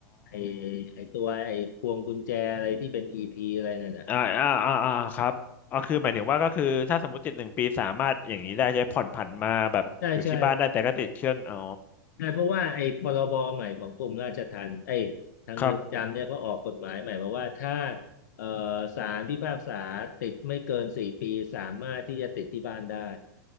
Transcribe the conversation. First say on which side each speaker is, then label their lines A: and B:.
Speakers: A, on the left; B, on the left.
A: ไอ้ไอ้ไอ้ตัวไอ้พวงกุญแจอะไรที่เป็นอีพีอะไรนั่นน่ะ
B: อ่าอ่าอ่าอ่าครับก็คือหมายถึงว่าก็คือถ้าสมมติติดหนึ่งปีสามารถอย่างนี้ได้ใช้ผ่อนผันมาแบบอยู่ที่บ้านได้แต่ก็ติดเครื่องอ๋อ
A: ใช่ใช่ ใช่เพราะว่าไอ้พรบใหม่ของกรมราชทัณฑ์ไอ้ทางเรือนจำเนี่ยก็ออกกฎหมายใหม่มาว่าถ้า
B: ครับ
A: เอ่อศาลพิพากษาติดไม่เกินสี่ปีสามารถที่จะติดที่บ้านได้